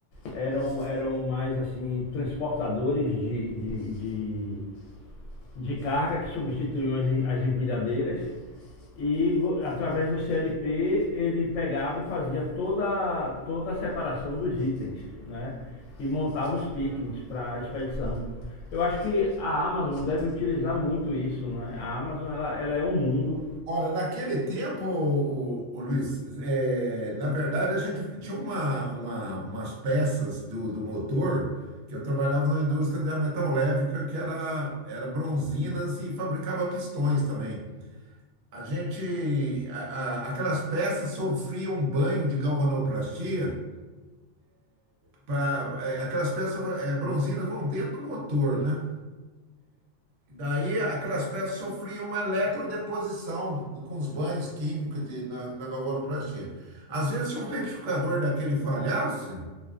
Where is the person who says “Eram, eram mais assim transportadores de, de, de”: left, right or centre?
Left